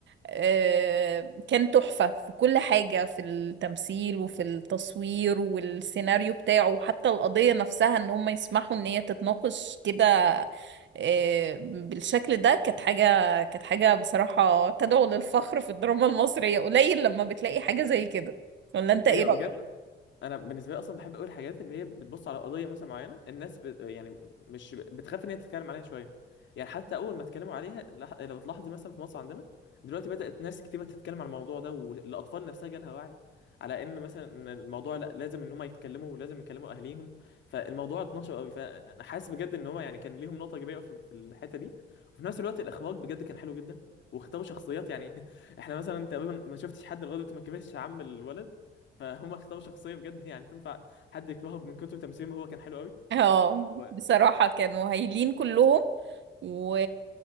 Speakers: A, on the right; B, on the left.
A: آه، كان تحفة في كل حاجة في التمثيل وفي التصوير والسيناريو بتاعه وحتى القضية نفسها ان هم يسمحوا ان هي تتناقش كده آه، بالشكل ده كانت حاجة كانت حاجة بصراحة تدعو للفخر في الدراما المصرية قليل لما بتلاقي حاجة زي كده ولا انت ايه
B: ايوه
A: رأيك؟
B: بجد انا بالنسبه لي اصلا بحب قوي الحاجات اللي هي بتبص على قضيه مثلا معينه الناس ب... يعني مش بتخاف ان هي تتكلم عليها شويه يعني حتى اول ما اتكلموا عليها لح... لو تلاحظي مثلا في مصر عندنا دلوقتي بدات ناس كتير تتكلم عن الموضوع ده والاطفال نفسها جالها وعي على ان مثلا إن الموضوع لا لازم ان هم يتكلموا ولازم يكلموا اهاليهم فالموضوع اتنشر قوي فانا حاسس بجد ان هم يعني كان ليهم نقطه ايجابيه في في الحته دي وفي نفس الوقت الاخراج بجد كان حلو جدا واختاروا شخصيات يعني <laughs> احنا مثلا تقريبا ما شفتش حد لغايه دلوقتي ما كبرش عم الولد فهم اختاروا شخصيه بجد يعني تنفع حد يكرهه من كتر تمثيل ما هو كان حلو قوي
A: اه
B: هو
A: بصراحة كانوا هايلين كلهم و